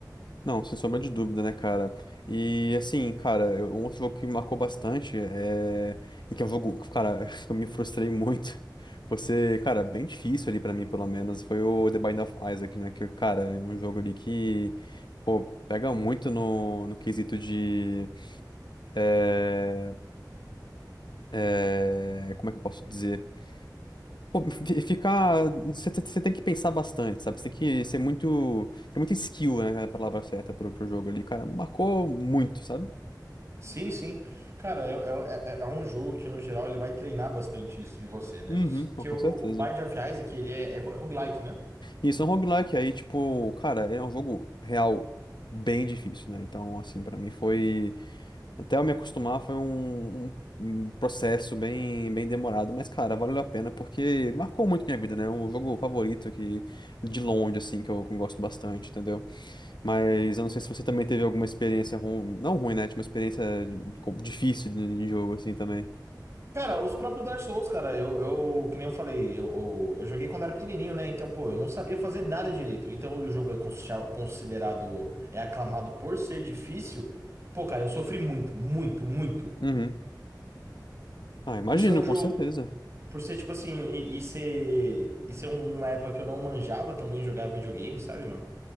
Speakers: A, on the left; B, on the right.
A: Não, sem sombra de dúvida, né, cara? E assim, cara, eu- um outro jogo que me marcou bastante é. E que é um jogo, que, cara, <laughs> eu me frustrei muito. Você, cara, bem difícil ali pra mim, pelo menos, foi o The Binding of Isaac, né? Que, cara, é um jogo ali que, pô, pega muito no, no quesito de. é, é, Como é que eu posso dizer? Pô, fi- ficar. Você tem você tem que pensar bastante, sabe? Você tem que ser muito. Tem muita skill, né? A palavra certa pro, pro jogo ali, cara. Marcou muito, sabe?
B: Sim, sim. Cara, é, é, é- é é um jogo que, no geral, ele vai treinar bastante isso de você, né?
A: Uhum, pô,
B: Que
A: com
B: o, o
A: certeza.
B: Binding of Isaac, ele é, é roguelike, né?
A: E isso é um roguelike, aí, tipo, cara, é um jogo real bem difícil, né? Então, assim, pra mim foi. Até eu me acostumar foi um, um- um processo bem, bem demorado, mas, cara, valeu a pena porque marcou muito minha vida, né? É um jogo favorito que, de longe, assim, que eu, que eu gosto bastante, entendeu? Mas eu não sei se você também teve alguma experiência ruim, não ruim, né? Tipo, uma experiência de- com- difícil de, de jogo, assim, também.
B: Cara, os próprios Dark Souls, cara, eu, eu que nem eu falei, eu, eu, eu joguei quando era pequenininho, né? Então, pô, eu não sabia fazer nada direito. Então, o jogo é cons- considerado, é aclamado por ser difícil. Pô, cara, eu sofri muito, muito, muito.
A: Uhum. Ah, imagino,
B: Por ser um jogo,
A: com certeza.
B: por ser tipo assim, e, e ser, e ser uma época que eu não manjava também jogar videogame, sabe, mano?